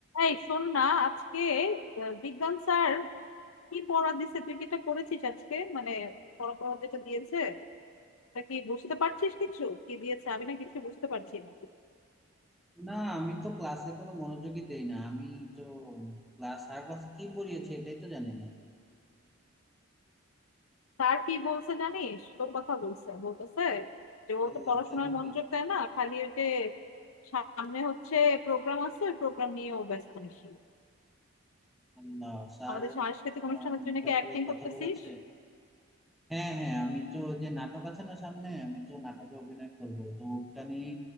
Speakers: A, on the left; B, in the centre.
A: এই শোন না আজকে আহ, বিজ্ঞান স্যার কি পড়া দিছে তুই কি এটা করেছিস আজকে মানে পড়া পড়া যেটা দিয়েছে তা কি বুঝতে পারছিস কিছু কি দিয়েছে আমি না কিছু বুঝতে পারছি না
B: না আমি তো ক্লাসে কোনো মনোযোগই দেই না আমি তো ক্লাস স্যার ক্লাস কি পড়িয়েছে এটাই তো জানি না
A: স্যার কি বলছে জানিস তোর কথা বলছে বলতেছে যে ও
B: আল্লাহ
A: তো পড়াশোনায়
B: তাই নাকি
A: মনোযোগ দেয় না খালি ওই যে সামনে হচ্ছে প্রোগ্রাম আছে ওই প্রোগ্রাম নিয়ে ও ব্যস্ত বেশি
B: আল্লাহ স্যার
A: আমাদের সাংস্কৃতিক
B: আমার
A: অনুষ্ঠানের জন্য
B: ব্যাপারে
A: কি অ্যাক্টিং
B: এই কথা
A: করতেছিস
B: বলেছে হ্যাঁ হ্যাঁ আমি তো ওই যে নাটক আছে না সামনে আমি তো নাটকে অভিনয় করব তো ওটা নিয়ে